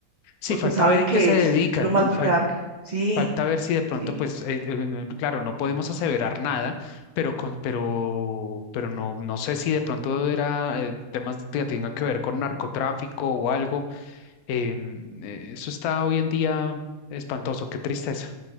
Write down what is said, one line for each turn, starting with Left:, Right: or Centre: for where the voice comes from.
Left: Sí,
Right: porque
Left: falta
Right: saben
Left: ver en
Right: que
Left: qué se dedican,
Right: es lo más
Left: ¿no?
Right: vulnerable.
Left: Fal-
Right: Sí,
Left: Falta ver si de pronto,
Right: sí.
Left: pues, eh, eh, n- claro, no podemos aseverar nada, pero, con, pero, pero no, no sé si de pronto era eh, temas que tengan que ver con narcotráfico o algo. Em, eh, eso está hoy en día espantoso, qué tristeza.